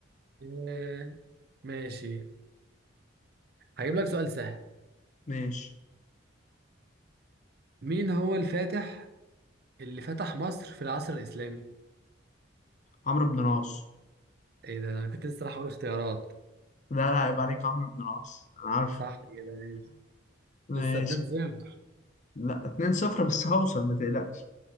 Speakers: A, on the right (about 50°); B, on the left (about 35°).
A: آه ماشي هجيب لك سؤال سهل
B: ماشي
A: مين هو الفاتح اللي فتح مصر في العصر الإسلامي
B: عمرو بن العاص
A: ايه ده انا كنت لسه راح اقول اختيارات
B: لا لا عيب عليك عمرو بن العاص انا عارف
A: صح كده ماشي
B: ماشي
A: لسه 2 0
B: لا 2 صفر بس هوصل ما تقلقش